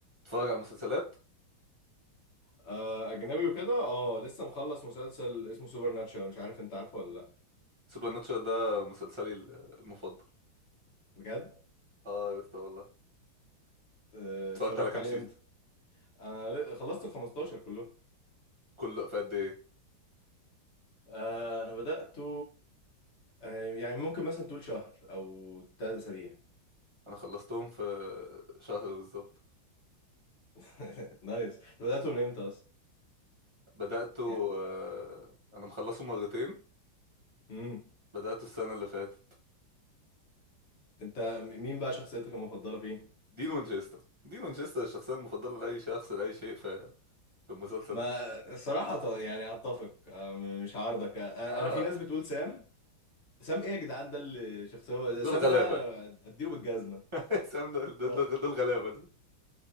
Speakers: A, on the right (about 20°); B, on the left (about 35°).
A: اتفرج على مسلسلات
B: آه، اجنبي وكده اه لسه مخلص مسلسل اسمه سوبر ناتشورال مش عارف انت عارفه ولا لا
A: سوبر ناتشورال ده مسلسلي ال- المفضل
B: بجد
A: اه يا اسطى والله
B: آه،
A: اتفرجت
B: اتفرجت
A: على كام
B: عليه
A: سيزون
B: امتى انا ل- خلصت ال 15 كله
A: كله في قد ايه
B: آه، انا بدأته آه، يعني ممكن مثلا تقول شهر او تلات اسابيع
A: انا خلصتهم في شهر بالظبط
B: <laughs> نايس انت بدأته من امتى اصلا
A: بدأته
B: يعني
A: آه انا مخلصه مرتين
B: امم
A: بدأته السنة اللي فاتت
B: انت م- مين بقى شخصيتك المفضلة فيه
A: دين وينشستر دين وينشستر الشخصية المفضلة لأي شخص لأي شيء في في المسلسل
B: ما
A: ده
B: الصراحة ط- يعني هتفق آه، م- مش هعارضك آه،
A: اه
B: انا في ناس بتقول سام سام ايه يا جدعان ده اللي شخصية
A: دول
B: سام
A: غلابة
B: ده انا اديله بالجزمة
A: <laughs> سام دول دول
B: <laughs>
A: دول غلابة دول